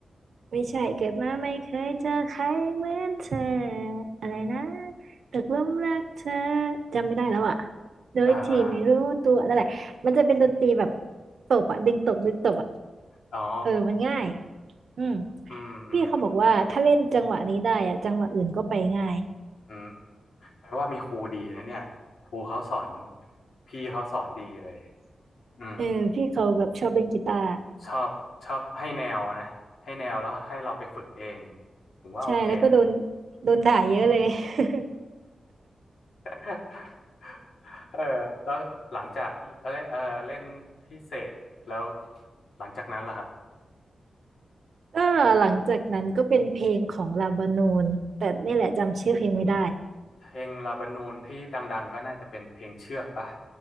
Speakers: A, on the right (about 70°); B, on the left (about 85°).
A: ไม่ใช่เกิดมาไม่เคยเจอใครเหมือนเธออะไรนะตกหลุมรักเธอจำไม่ได้แล้วอ่ะโดยที่ไม่รู้ตัวนั่นแหละมันจะเป็นดนตรีแบบ
B: อ่าอ่า
A: ตบอ่ะดึงตบดึงตบอ่ะ
B: อ๋อ
A: เออมันง่ายอืม
B: อืมอืม
A: พี่เขาบอกว่าถ้าเล่นจังหวะนี้ได้อ่ะจังหวะอื่นก็ไปง่าย
B: อืมแปลว่ามีครูดีนะเนี่ยครูเขาสอนพี่เขาสอนดีเลยอืม
A: เออพี่เขาแบบชอบเล่นกีตาร์
B: ชอบชอบให้แนวนะให้แนวแล้วให้เราไปฝึกเองผมว่าโอเคเลย
A: ใช่แล้วก็โดนโดนด่าเยอะเลย <laughs>
B: <laughs> เออแล้วหลังจากเล่นเออเล่นพิเศษแล้วหลังจากนั้นล่ะครับ
A: ก็หลังจากนั้นก็เป็นเพลงของลาบานูนแต่นี่แหละจำชื่อเพลงไม่ได้
B: เพลงลาบานูนที่ดังๆก็น่าจะเป็นเพลงเชือกปะ